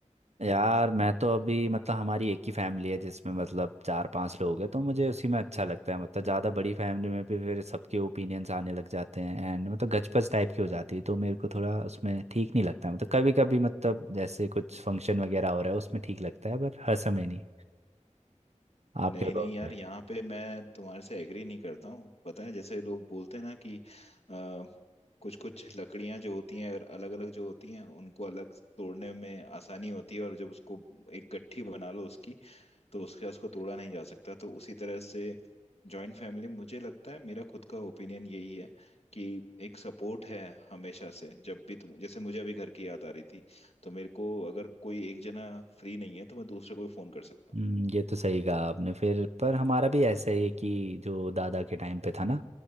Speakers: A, on the right (about 60°); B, on the left (about 55°).
A: यार मैं तो अभी मतलब हमारी एक ही फैमिली है जिसमें मतलब चार पांच लोग हैं तो मुझे उसी में अच्छा लगता है मतलब ज़्यादा बड़ी फैमिली में भी फिर सबके ओपिनियन्स आने लग जाते हैं एंड मतलब गचपच टाइप की हो जाती है तो मेरे को थोड़ा उसमें ठीक नहीं लगता मतलब कभी कभी मतलब जैसे कुछ फंक्शन वगैरह हो रहा है उसमें ठीक लगता है पर हर समय नहीं आप
B: नहीं
A: क्या
B: नहीं
A: कहोगे
B: यार यहाँ पे मैं तुम्हारे से एग्री नहीं करता हूँ पता है जैसे लोग बोलते हैं ना कि आ, कुछ कुछ लकड़ियां जो होती हैं और अलग अलग जो होती हैं उनको अलग तोड़ने में आसानी होती है और जब उसको एक गट्ठी बना लो उसकी तो उसके उसको तोड़ा नहीं जा सकता तो उसी तरह से जॉइंट फैमिली मुझे लगता है मेरा खुद का ओपिनियन यही है कि एक सपोर्ट है हमेशा से जब भी तुम जैसे मुझे अभी घर की याद आ रही थी तो मेरे को अगर कोई एक जना फ्री नहीं है तो मैं दूसरे को भी फोन कर सकता
A: हम्म,
B: हूँ
A: ये तो सही कहा आपने फिर पर हमारा भी ऐसा ही है कि जो दादा के टाइम पे था ना